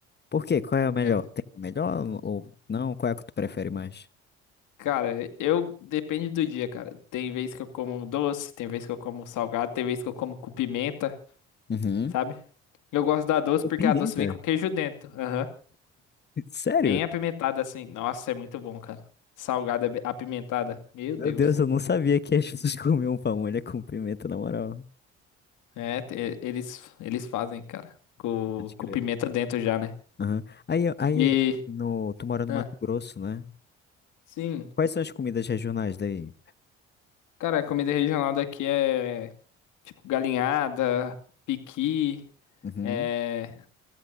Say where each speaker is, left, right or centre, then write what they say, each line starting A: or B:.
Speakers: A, on the left; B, on the left.
A: Por quê? Qual é o melhor?
B: É,
A: Tem o melhor ou não? Qual é que tu prefere mais?
B: cara, eu depende do dia, cara. Tem vez que eu como doce, tem vez que eu como salgado, tem vez que eu como com pimenta,
A: Uhum.
B: sabe? Eu gosto da doce porque
A: Com pimenta?
B: a doce vem com queijo dentro. Aham.
A: <laughs> Sério?
B: Bem apimentada assim. Nossa, é muito bom, cara. Salgada bem- apimentada. Meu
A: Meu
B: Deus.
A: Deus, eu não sabia que as pessoas comiam pamonha com pimenta, na moral.
B: É, te- é, eles eles fazem, cara. Com,
A: Pode crer.
B: com pimenta dentro já, né?
A: Aham. Aí, aí
B: E
A: no, tu mora no
B: ah,
A: Mato Grosso, né?
B: sim.
A: Quais são as comidas regionais daí?
B: Cara, a comida regional daqui é tipo galinhada, piqui,
A: Uhum.
B: é